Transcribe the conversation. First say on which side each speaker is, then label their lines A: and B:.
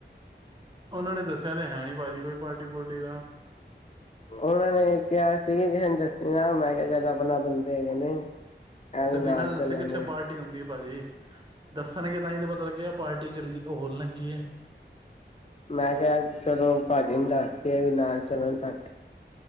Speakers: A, on the right (about 25°); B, on the left (about 35°).
A: ਉਹਨਾਂ ਨੇ ਦੱਸਿਆ ਤੇ ਹੈ ਨ੍ਹੀਂ ਭਾਜੀ ਕੋਈ ਪਾਰਟੀ ਪੁਰਟੀ ਦਾ।
B: ਉਹਨਾਂ ਨੇ ਕਿਹਾ ਸੀ ਕਿਸੇ ਨੂੰ ਦਸੀਂ ਨਾਂ ਮੈਂ ਕਿਹਾ ਜਿਆਦਾ ਆਪਨਾ ਬੰਦੇ ਹੈਗੇ ਨੇ। ਐਵੇਂ
A: ਤੇ
B: ਨਾਲ
A: ਬਿਨਾਂ ਦੱਸੇ
B: ਚੱਲਾਂਗੇ
A: ਕਿੱਥੇ ਪਾਰਟੀ ਹੁੰਦੀ ਐ ਭਾਜੀ। ਦੱਸਣਗੇ ਤਾਂ ਹੀ ਤਾਂ ਪਤਾ ਲੱਗਿਆ ਪਾਰਟੀ ਚੱਲੀ ਉਹ ਹੋਣ ਲੱਗੀ ਐ।
B: ਮੈਂ ਕਿਹਾ ਚਲੋ ਭਾਜੀ ਨੂੰ ਦੱਸਦੀਏ ਵੀ ਨ ਚਲਣ ਸਾ